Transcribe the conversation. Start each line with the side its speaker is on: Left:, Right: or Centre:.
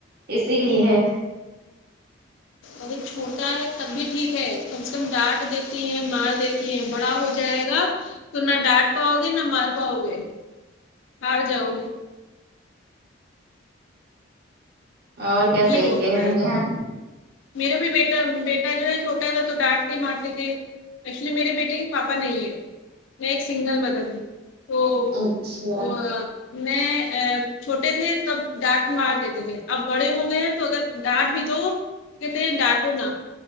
Right: اسی لیے
Left: اگر چھوٹا ہے تب بھی ٹھیک ہے کم سے کم ڈانٹ دیتے ہے مار دیت تی ہے بڑا ہو جائے گا تو نہ ڈانٹ پاؤ گے نہ مار پاؤ گے ہار جاؤں گی
Right: اور کیا صحیح
Left: یہ ہوتا
Right: کہہ رہی
Left: ہے
Right: ہیں
Left: میرا بھی بیٹا بیٹا جو ہے چھوٹا تھا تو ڈانٹتے مارتے تھے ایکچولی میرے بیٹے کے پاپا نہیں ہے میں ایک سنگل مدر ہوں تو
Right: اچھا
Left: و ا میں ا چھوٹے تھے تب ڈانٹ مار دیتے تھے اب بڑے ہو گئے ہیں تو اگر ڈانٹ بھی دو تو کہتے ہیں ڈانٹوں نا